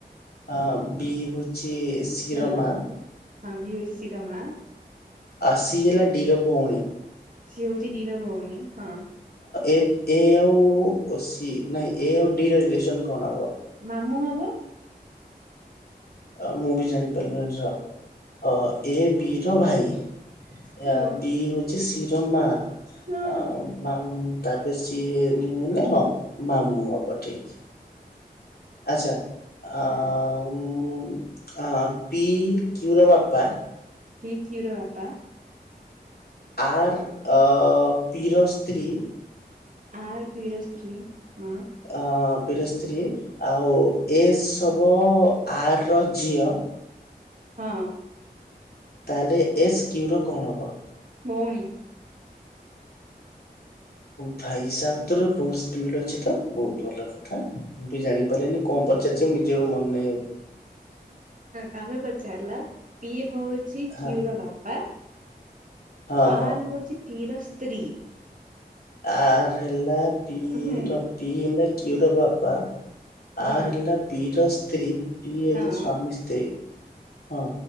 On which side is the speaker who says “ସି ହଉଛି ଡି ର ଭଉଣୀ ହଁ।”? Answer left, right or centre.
Right